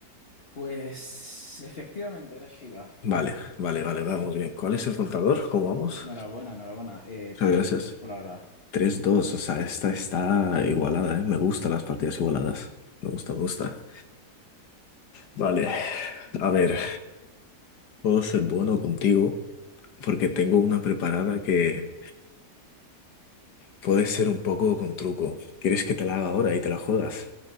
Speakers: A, on the left; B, on the left.
A: Pues efectivamente era Shiva.
B: Vale, vale, vale, vamos bien. ¿Cuál es el contador? ¿Cómo vamos?
A: Enhorabuena, enhorabuena. Eh,
B: Muchas
A: Tres
B: gracias.
A: dos por ahora.
B: tres dos o sea, esta está igualada, ¿eh? Me gustan las partidas igualadas. Me gusta, me gusta. Vale, a ver, puedo ser bueno contigo porque tengo una preparada que puede ser un poco con truco. ¿Quieres que te la
A: Ah,
B: haga ahora y te la juegas?